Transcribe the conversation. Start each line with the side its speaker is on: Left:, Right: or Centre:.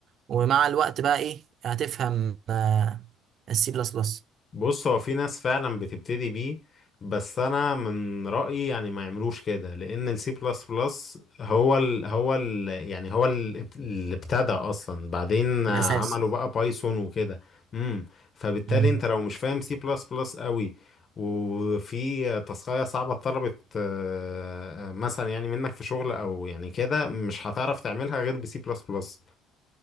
Right: ومع الوقت بقى ايه هتفهم آه السي بلس بلس
Left: بص هو في ناس فعلا بتبتدي بيه بس انا من رأيي يعني ما يعملوش كده لان السي بلس بلس هو ال هو ال يعني هو ال- اللي ابتدى اصلا بعدين عملوا
Right: الاساس
Left: بقى بايثون وكده امم فبالتالي
Right: مم.
Left: انت لو مش فاهم سي بلس بلس قوي وفي تاسكاية صعبة اتطلبت آه، مثلا يعني منك في شغل او يعني كده مش هتعرف تعملها غير بسي بلس بلس